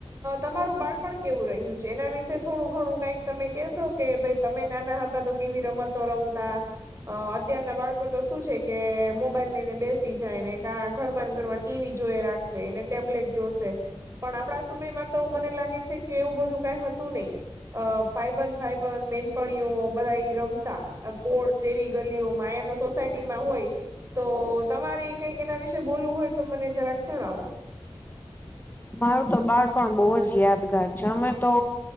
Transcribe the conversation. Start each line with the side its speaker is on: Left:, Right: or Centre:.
Right: તમારું બાળપ પણ કેવું રહ્યું છે એના વિશે થોડું ઘણું કઈક તમે કહેશો કે ભાઈ તમે નાના હતા તો કેવી રમતો રમતા? અ અત્યારના બાળકો તો શું છે કે મોબાઈલ લઈને બેસી જાય ને કા ઘરમાં ઘરમાં ટીવી જોઈ રાખશે એને ટેબ્લેટ જોશે પણ આપણા સમયમાં તો મને લાગે છે કે એવું બધું કઈ હતું નય. અ ભાઈબંધ ભાઈબંધ બેનપણીઓ બધા રમતા પોળ શેરી ગલીઓ મા તો સોસાયટીમાં હોય તો તમારે કઈક એના વિશે બોલવું હોય તો મને જરાક જણાવો.
Left: મારું તો બાળપણ બહુ જ યાદગાર છે અમે તો